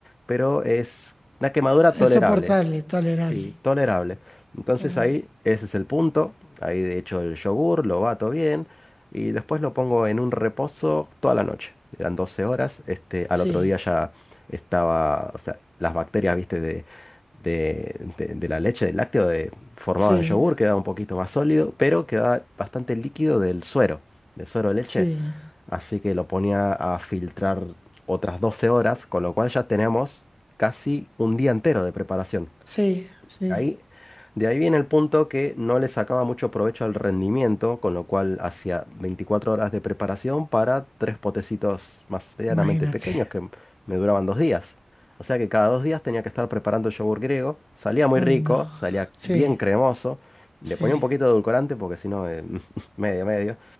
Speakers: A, on the left; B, on the left.
A: pero es una quemadura tolerable.
B: Es soportable, tolerable.
A: Sí, tolerable. Entonces
B: ajá.
A: ahí, ese es el punto. Ahí de hecho el yogur lo bato bien y después lo pongo en un reposo toda la noche. Eran 12 horas. Este, al
B: Sí,
A: otro día ya estaba, o sea, las bacterias, viste, de, de, de- de la leche, del lácteo, de, formaban
B: sí,
A: yogur, quedaba un poquito más sólido, pero quedaba bastante líquido del suero, del suero de leche.
B: sí,
A: Así que lo ponía a filtrar otras 12 horas, con lo cual ya tenemos casi un día entero de preparación.
B: sí, sí.
A: Ahí, de ahí viene el punto que no le sacaba mucho provecho al rendimiento, con lo cual hacía 24 horas de preparación para tres potecitos más medianamente
B: Imagínate.
A: pequeños que me duraban dos días. O sea que cada dos días tenía que estar preparando el yogur griego. Salía muy
B: Uy,
A: rico,
B: no.
A: salía
B: Sí,
A: bien cremoso. Le
B: sí.
A: ponía un poquito de edulcorante porque si no, eh, <laughs> medio, medio.